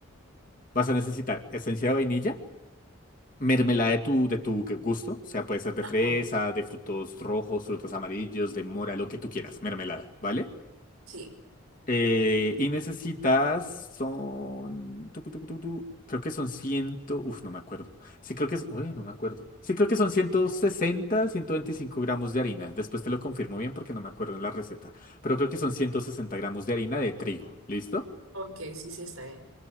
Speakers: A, on the left (about 40°); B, on the right (about 90°).
A: Vas a necesitar esencia de vainilla, mermelada de tu, de tu gusto, o sea, puede ser de
B: Ajá.
A: fresa, de frutos rojos, frutos amarillos, de mora, lo que tú quieras, mermelada, ¿vale?
B: Sí.
A: Eh, y necesitas, son, tucu, tucu, tucu, tucu, creo que son 100, uf, no me acuerdo. Sí, creo que es, uy, no me acuerdo. Sí, creo que son ciento sesenta ciento veinticinco gramos de harina. Después te lo confirmo bien porque no me acuerdo en la receta. Pero creo que son 160 gramos de harina de trigo. ¿Listo?
B: Ok, sí, sí, está bien.